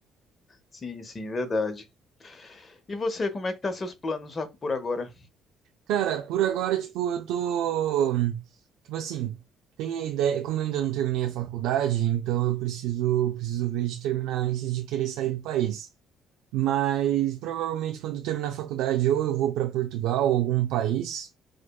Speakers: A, on the left; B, on the right.
A: Sim, sim, verdade. E você, como é que tá seus planos a- por agora?
B: Cara, por agora, tipo, eu tô. Tipo assim, tem a ideia. Como eu ainda não terminei a faculdade, então eu preciso, preciso ver de terminar antes de querer sair do país. Mas provavelmente quando eu terminar a faculdade, ou eu vou para Portugal, ou algum país,